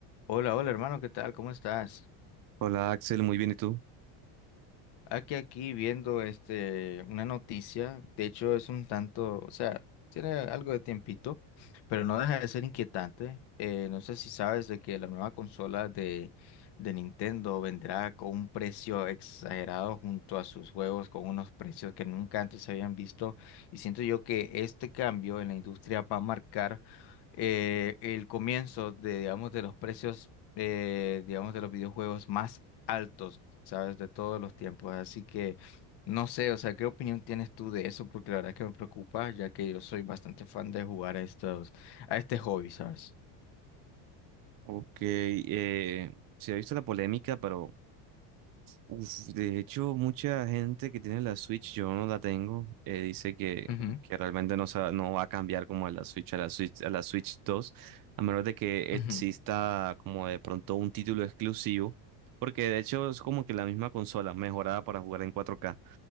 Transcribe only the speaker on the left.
Hola, hola hermano, ¿qué tal? ¿Cómo estás?
Aquí, aquí viendo este, una noticia, de hecho es un tanto, o sea, tiene algo de tiempito, pero no deja de ser inquietante. Eh, no sé si sabes de que la nueva consola de, de Nintendo vendrá con un precio exagerado junto a sus juegos, con unos precios que nunca antes se habían visto, y siento yo que este cambio en la industria va a marcar eh, el comienzo de, digamos, de los precios. eh, digamos de los videojuegos más altos, ¿sabes? De todos los tiempos. Así que no sé, o sea, ¿qué opinión tienes tú de eso? Porque la verdad es que me preocupa, ya que yo soy bastante fan de jugar a estos, a este hobby, ¿sabes?
Ujú,
ujú,